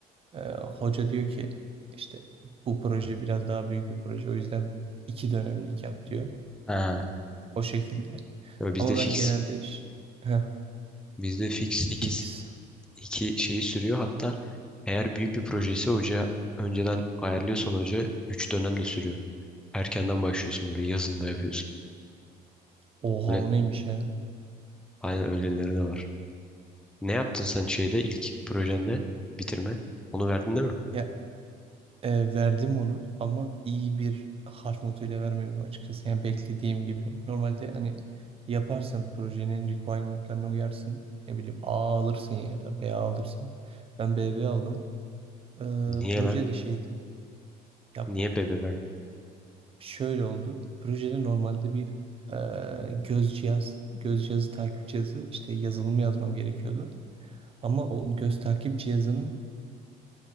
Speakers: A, on the right (about 35°); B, in the centre.
A: Ee, hoca diyor ki işte bu proje biraz daha büyük bir proje. O yüzden iki dönemlik yap diyor.
B: Ha,
A: O şekilde.
B: böyle bizde
A: Ama
B: fix.
A: ben genelde iş- Heh,
B: Bizde fix iki,
A: fix.
B: iki şeyi sürüyor. Hatta eğer büyük bir projesi hoca önceden ayarlıyorsan hoca üç dönem de sürüyor. Erkenden başlıyorsun böyle yazında yapıyorsun.
A: Oha
B: Böyle
A: o neymiş ya?
B: aynen öyleleri de var. Ne yaptın sen şeyde ilk projende bitirme? Onu verdin değil mi?
A: Ya E, verdim onu ama iyi bir harf notuyla vermedim açıkçası. Yani beklediğim gibi. Normalde hani yaparsın projenin requirement'larına uyarsın. Ne bileyim A alırsın ya da B alırsın. Ben BB aldım. E,
B: Niye
A: proje
B: lan?
A: de şeydi. Ya
B: Niye bebe verdin?
A: şöyle oldu. Projede normalde bir e, göz cihaz, göz cihazı, takip cihazı işte yazılımı yazmam gerekiyordu. Ama o göz takip cihazının